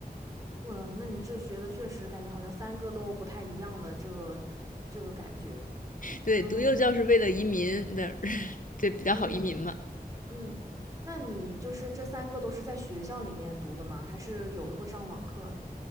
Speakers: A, on the right (about 20°); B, on the left (about 55°).
A: 哇，那你这学的确实感觉好像三个都不太一样的这个这个感觉。
B: 对，
A: 嗯
B: 读幼教是为了移民，的，对比较好移民嘛。
A: 嗯。嗯，那你就是这三个都是在学校里面读的吗？还是有的会上网课啊？